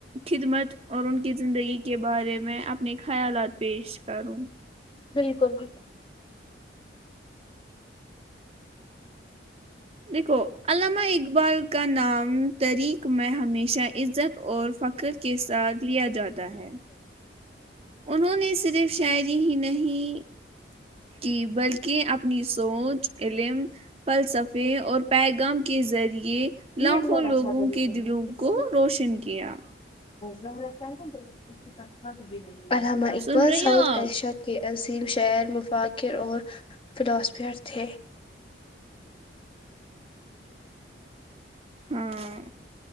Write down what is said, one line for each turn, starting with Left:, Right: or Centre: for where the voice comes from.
Right: خدمت اور ان کے <unintelligible> کی زندگی کے بارے میں اپنے خیالات پیش کروں
Left: بالکل بالکل
Right: دیکھو علامہ اقبال کا نام طریک میں ہمیشہ عزت اور فخر کے ساتھ لیا جاتا تا ہے انہوں نے صرف شاعری ہی نہیں کی بلکہ اپنی سوچ علم فلسفے اور پیغام کے ذریعے یہ لاکھوں
Left: بہت اچھا
Right: لوگوں
Left: طریقہ
Right: کے
Left: ہے
Right: دلوں
Left: اس
Right: کو روشن کیا
Left: ضرت ہےا ب کتا کی بھی نہیں <inaudible> عامہ اقبال
Right: سن رہی
Left: ساؤتھ
Right: ہو آپ
Left: ایشیا کے عظیم شعر مفاکر اور فلاسفیر تھے
Right: ہاں